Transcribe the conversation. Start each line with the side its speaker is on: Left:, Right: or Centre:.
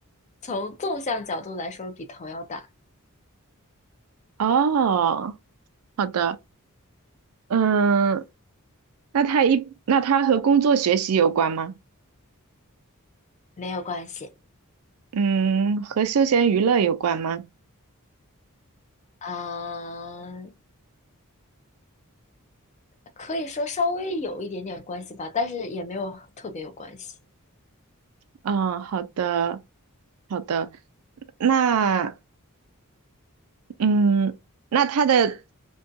Left: 从纵向角度来说，比头要大，
Right: 哦，好的。嗯，那它一，那它和工作学习有关吗？
Left: 没有关系
Right: 嗯，和休闲娱乐有关吗？
Left: 啊，可以说稍微有一点点关系吧，但是也没有特别有关系。
Right: 嗯，好的，好的。那嗯，那它的